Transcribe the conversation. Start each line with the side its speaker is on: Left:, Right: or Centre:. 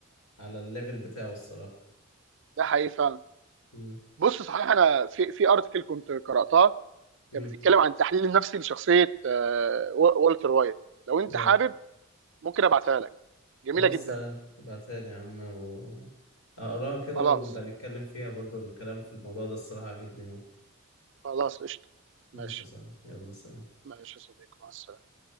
Left: على الليفل بتاعه الصراحة
Right: ده حقيقي فعلا
Left: امم
Right: بص صحيح انا في في ارتكل كنت قراتها
Left: امم
Right: كانت بتتكلم عن التحليل النفسي لشخصيه آه، و- والتر وايت لو انت
Left: اه
Right: حابب ممكن ابعتها لك جميله
Left: خلاص
Right: جدا
Left: ابعتها لي يا عم و هقراها كده
Right: خلاص
Left: ونبقى نتكلم فيها برضو الكلام في الموضوع ده الصراحة عجبني أوي
Right: خلاص قشطه
Left: ماشي
Right: ماشي
Left: يا صاحبي يلا سلام
Right: ماشي يا صديقي مع السلامه